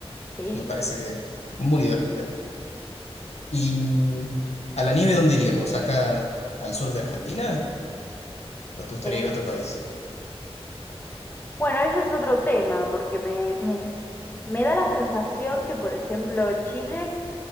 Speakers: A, on the left (about 20°); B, on the left (about 90°).
A: sillas.
B: Me parece muy divertida. ¿Y a la nieve dónde iríamos? ¿Acá al sur de Argentina? ¿O te gustaría
A: Eh,
B: ir a otro país?
A: bueno, ese es otro tema, porque me, me, s- me da la sensación que, por ejemplo, Chile